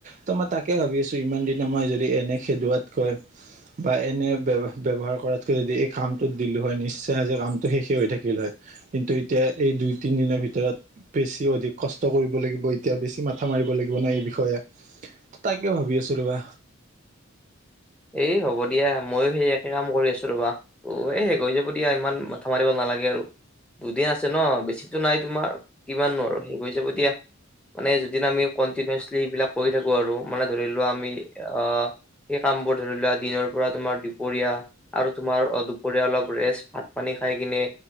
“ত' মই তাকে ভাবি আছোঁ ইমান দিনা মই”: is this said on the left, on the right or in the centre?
Right